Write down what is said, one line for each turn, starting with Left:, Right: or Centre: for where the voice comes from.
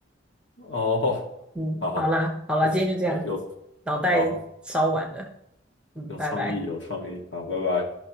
Left: 哦，
Centre: 嗯，
Left: 好，
Centre: 好啦，好啦，
Left: 不错，
Centre: 今天就这样，
Left: 有有
Centre: 脑袋烧完了。
Left: 好，
Centre: 嗯，
Left: 有创意，
Centre: 拜拜。
Left: 有创意，好，拜拜。